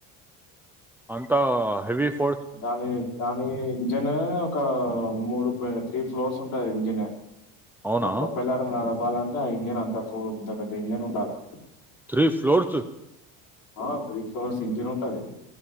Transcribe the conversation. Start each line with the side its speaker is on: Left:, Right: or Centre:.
Centre: అంతా హెవిఫ్
Left: దాని దానీ నిజంగనే ఒకా మూడు పై త్రీ ఫ్లోర్స్ ఉంటాయి ఇంజనే
Centre: అవునా
Left: ఆ ప్రొపైలర్ నడపాలంటే ఆ ఇంజన్ అంత సో అంత పెద్ద ఇంజన్ ఉండాలె
Centre: త్రీ ఫ్లోర్సు
Left: ఆ త్రీ ఫ్లోర్స్ సింజరి ఉంటది